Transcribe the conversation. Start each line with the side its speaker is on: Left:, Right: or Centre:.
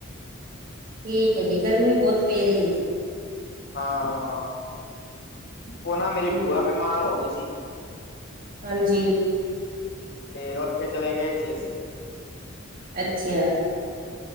Right: ਠੀਕ ਆ ਜੀ, ਗਰਮੀ ਬਹੁਤ ਪੈ ਰਹੀ ਐ ਜੀ।
Left: ਹਾਂ, ਉਹ ਨਾ ਮੇਰੀ
Right: ਹਮ
Left: ਬੂਆ ਬਿਮਾਰ ਹੋ ਗਈ ਸੀ।
Right: ਹਾਂਜੀ,
Left: ਤੇ ਉੱਥੇ ਚਲੇ ਗਏ ਸੀ ਅਸੀਂ।
Right: ਅੱਛਾ,